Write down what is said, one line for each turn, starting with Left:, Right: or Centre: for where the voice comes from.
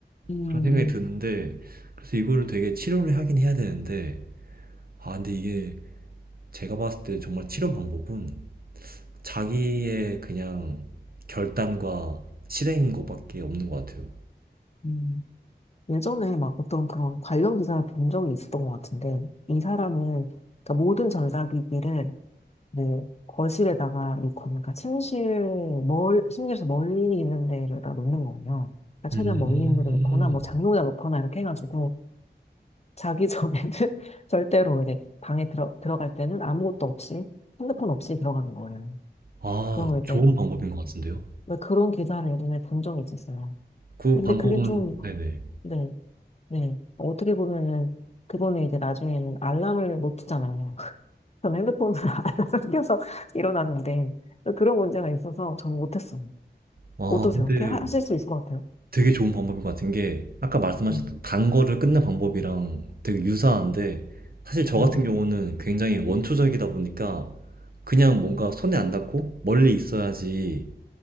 Left: 음,
Right: 그런 생각이 드는데 그래서 이거를 되게 치료를 하긴 해야 되는데 아 근데 이게 제가 봤을 때 정말 치료 방법은 자기의 그냥 결단과 실행인 것밖에 없는 것 같아요.
Left: 음. 예전에 막 어떤 그런 관련 기사를 본 적이 있었던 것 같은데, 이 사람은, 그러니까 모든 전자기기를 뭐 거실에다가 놓고, 그러니까 침실, 멀, 침실에서 멀리 있는 데에다 놓는 거예요. 그러니까 최대한
Right: 음.
Left: 멀리 있는 데 놓거나, 뭐 장롱에다 놓거나 이렇게 해가지고, 자기 전에는 <laughs> 절대로 이제 방에 들어, 들어갈 때는 아무것도 없이, 핸드폰 없이 들어가는 거예요.
Right: 아
Left: 그런 거 이제,
Right: 좋은 방법인 것 같은데요?
Left: 네, 그런 기사를 예전에 본 적이 있었어요.
Right: 그
Left: 근데
Right: 방법은
Left: 그게 좀,
Right: 네네.
Left: 네. 네. 어떻게 보면은 그분은 이제 나중에는 알람을 못 트잖아요. <laughs> 저는 핸드폰으로 <laughs> 알람을 켜서 일어나는데 그런 문제가 있어서 저는 못했어요.
Right: 아
Left: 어떠세요?
Right: 근데
Left: 이렇게 하- 하실 수 있을 것 같아요.
Right: 되게 좋은 방법인 것 같은 게 아까 말씀하셨던
Left: 음,
Right: 단 거를 끊는 방법이랑 되게 유사한데 사실 저
Left: 네.
Right: 같은 경우는 굉장히 원초적이다 보니까 그냥 뭔가 손에 안 닿고 멀리 있어야지